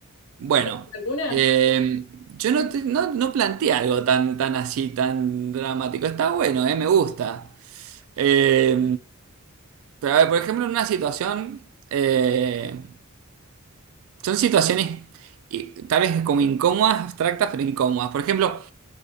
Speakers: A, on the right; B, on the left.
A: Bueno,
B: ¿Te toca alguna?
A: eh, yo no, te- no, no planteé algo tan, tan así, tan dramático. Está bueno, eh, me gusta. Eh, pero a ver, por ejemplo, en una situación, eh, son situaciones y tal vez como incómodas, abstractas, pero incómodas. Por ejemplo,